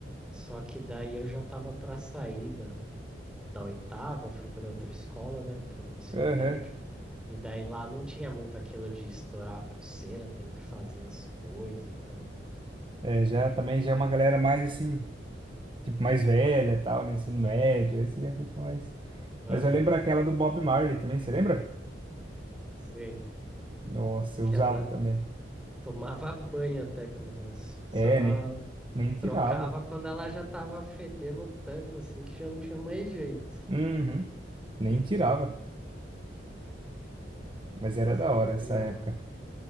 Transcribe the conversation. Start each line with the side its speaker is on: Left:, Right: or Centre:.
Centre: só que daí eu já tava pra sair da, da oitava, fui para outra escola, né, para o ensino
Right: Aham.
Centre: médio. E daí lá não tinha muito aquilo de estourar a pulseira, tem que fazer as coisas e tal.
Right: É, já também já é uma galera mais assim, tipo mais velha, e tal, né? Ensino médio, aí você já fica mais.
Centre: Aham,
Right: Mas eu lembro aquela do Bob Marley também, você lembra?
Centre: sim.
Right: Nossa, eu
Centre: Que
Right: usava
Centre: ela
Right: também.
Centre: tomava banho até com o negócio. Só
Right: É, nem, nem tirava.
Centre: trocava quando ela já tava fedendo tanto assim que já não tinha mais jeito.
Right: Uhum, nem tirava. Mas era
Centre: Essa
Right: da
Centre: era
Right: hora
Centre: legal.
Right: essa época.